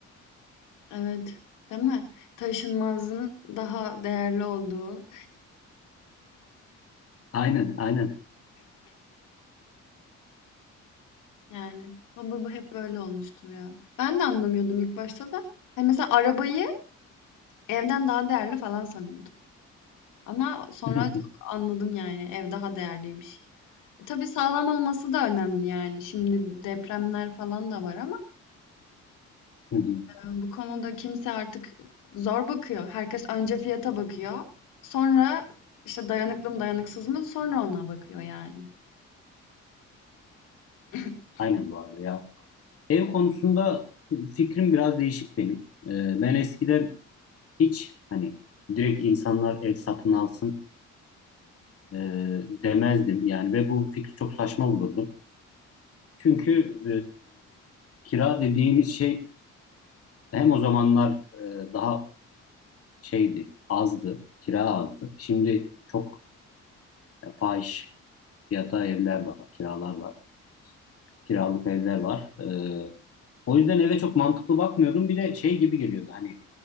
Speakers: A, on the left; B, on the left.
A: Evet, değil mi? Taşınmazın daha değerli olduğu
B: Aynen, aynen.
A: yani. Bu bu bu hep böyle olmuştur ya. Ben de anlamıyordum ilk başta da. Hani mesela arabayı evden daha değerli falan sanıyordum ama sonra
B: <laughs> Hı
A: çok anladım yani ev daha değerliymiş. E, tabii sağlam olması da önemli yani. Şimdi depremler falan da var ama
B: hı.
A: Bu konuda kimse artık zor bakıyor. Herkes önce fiyata bakıyor. Sonra işte dayanıklı mı dayanıksız mı sonra ona bakıyor yani. <laughs>
B: Aynen bu arada ya. Ev konusunda fikrim biraz değişik benim. Ee, ben eskiden hiç hani direkt insanlar ev satın alsın e, demezdim yani ve bu fikri çok saçma bulurdum. Çünkü e, kira dediğimiz şey Hem o zamanlar e, daha şeydi, azdı, kira azdı. Şimdi çok e, fahiş fiyata evler var, kiralar var, kiralık evler var. E, o yüzden eve çok mantıklı bakmıyordum. Bir de şey gibi geliyordu hani